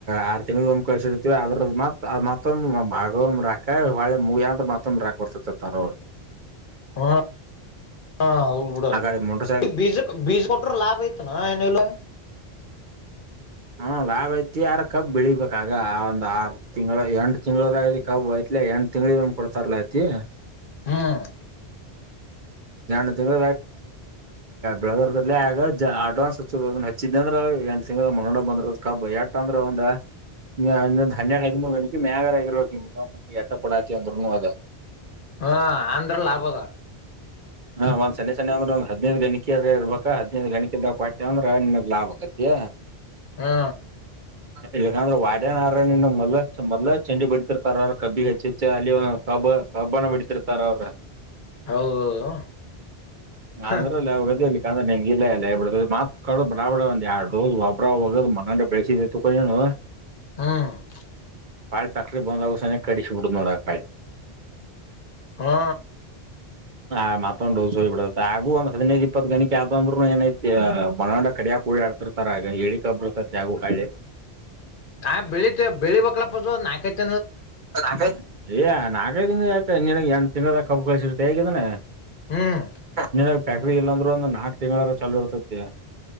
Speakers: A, on the right; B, on the left.
A: ಆರ್ ತಿಂಗ್ಳ ಒಂದ್ ಕಳಸಿರ್ತತಿವಿ ಅದ್ರ ಮಾತ್ರತ್ ಮತ್ತೊಂದ ಭಾಗ ರಾಕ ಹೊಳೆ ಮುಗಿ ಅಂದ್ರ ಮತ್ತೊಂದ ರಾಕ್ ಬರ್ತತಿತಾರ ಅವರು
B: ಹ ಹಾ ಹೌಡ
A: ಆ ಕಡೆ ಮುಂಡ್ರಸಾಗ
B: ಬೀಜ ಬೀಜ ಮಟರ್ ಲಾಭ ಆಐತ ನ ಎನಲ
A: <unintelligible> ಹ್ಮ ಲಾಭ ಐತಿ ಯಾರ ಕಬ್ಬ ಬೆಳಿಬೇಕಗ ಒಂದ ಆರು ತಿಂಗಗಳು ಎಂಟು ತಿಂಗಳದಗತಿ ಕಬ್ಬ ಐತ್ಲ ಎಂ ನ ತಿಂಗಗಳಿ ಮ್ ಕೊಡ್ತಾರಲಾ ಐತಿ
B: ಹ್ಮ್
A: ನಾನು ತಿಂಗ ಬೆಳಗರ್ದ ಆಗ ಅಡ್ವಾನ್ಸ್ ಹಚ್ಚಿದ್ದಂದ್ರ ಎಂಸಂಗ ಮನೋೊಂಡ ಬಂದ್ರ ಕಬ್ಬ ಎಟ ಅಂದ್ರ ಒಂದ ್ ಹನ್ನೆರಡು ಹದಿಮ ಮೂರ್ ಗಣಿ ಮ್ಯಾಗಾರ ಇರ್ಬೇಕ ನಿಮ್ಮನಿ ಎಟ್ಟ ಕೊಡಾತಿ ಅಂದ್ರುನು ಅದ
B: ಹಾ ಆಂಧ್ರ ಲಾಭದ
A: ಹಾ ಒಂದ್ ಸೆ ಅಂದ್ರಂದ ಹದ್ೈದ ಗಣಿಕಿರ ಇರ್ಬೇಕ ಹದಿನೈದು ಗಣಿ ಇದದಾಗ ಂದ್ರ ಇನ್ನ ಲಾಭ ಆಕತಿಾ
B: ಹಾ
A: ಇಲ್ಲಂದ್ರ ವಾಡ್ಯನಾರನು ಮೊ ಮೊದಲ ಚಂಡಿ ಬಿಡ್ತಿರ್ ಕ ಕಬ್ಬಿ ಹೆಚ್ಚಿ ಹೆಚ್ಚ ಅ ಕಬ ಕಬ್ಬಾನ ಬಡತರ್ತಾರ ಅವ್ರ
B: ಹೌದೌದು ಹ್ಮ್
A: ಅಂದ್ರಲ್ಲಗದ ಇಂದ್ರೆ ನಿಂಗಗೆ ಇಲ್ಲ ಎಲ್ಲ ಹೇಬಿಡ ಕಳ ಬಡಾ ಬಡ ಒಂದ್ ಎರಡು ರೋ್ ಒಬ್ಬ್ರ ಹೋಗೋದು ಮಗಂಡ ಬೆಳೆಸಿದ ತಕೊಂಡನು
B: ಹಾ್
A: ಪಾಳ್ ತಕ್ತಿ ಬಂದಾವಸ್ಥಾನ ಕಡ ಚು ಮುಡತಡ ಪಾಾಯ
B: ಹಾ
A: ಹ ಮತ್ತೊಂದ್ ಡೋಸ್ ಹೋಗಿ ಬಿಡುತ್ತೆ ಹಾಗು ಒಂದ ಹದಿನೈದು ಇಪ್ಪತ್ ಗಣಿ ಆದೊಂಬ್ರರುನು ಏನೈಐತಿ ಬನಂಡ ಕಡಿಯಕ ಕೂಳ ಆಡ್ತಿರ್ತಾರ ಆಗ ಹೇಳಿಕಬ್ಬರ್ತೈ ಯಾಗು ಕಾಳೆ
B: ಆಾ ಬೆಳಿಿತ ಬೆಳಿಕ್ಲಪ್ಪ ನಾಕತ
A: ಲ್ ಯ ನಾಲ್ಕೈದಿಂದ ಯಾಕ ನಿನ ಎಂಂಡ ತಿಂಗಗಳ ಕಬ್ು ಕಳಸರುತ್ತ ಹೇಗಿದಾನೆ
B: ಹ್ಮ್
A: ನಿನ ಫ್ಯಾಕ್ಟ್ರಿ ಇಲ್ಲಾಂದ್ರೆ ಒಂದು ನಾಲ್ಕಕ್ ತಿಂಗಳಾರ ಚಾೂ ಇರ್ತೈತಿ